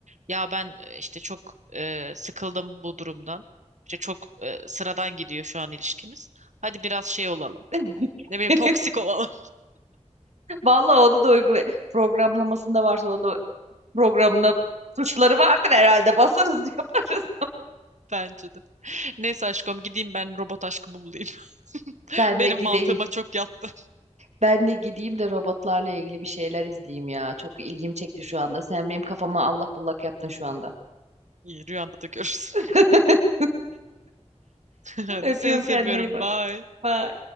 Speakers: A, on the right; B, on the right.
A: Ya ben e, işte çok e, sıkıldım bu durumdan. İşte çok e, sıradan gidiyor şu an ilişkimiz. Hadi biraz şey olalım.
B: <laughs>
A: Ne bileyim toksik olalım
B: Vallahi onu da uygula programlamasında varsa onu da programına tuşları vardır herhalde. Basarız <laughs> yaparız.
A: <laughs> bence de. Neyse aşkım gideyim ben robot aşkımı bulayım. <laughs>
B: Ben
A: Benim
B: de gideyim.
A: mantığıma çok yattı.
B: Ben de gideyim de robotlarla ilgili bir şeyler izleyeyim ya. Çok ilgim çekti şu anda. Sen benim kafama allak bullak yaptın şu anda.
A: İyi rüyanda da görürsün.
B: <laughs>
A: <laughs> Hadi
B: Öpüyorum
A: seni seviyorum.
B: kendine iyi bak.
A: Bye.
B: Bye.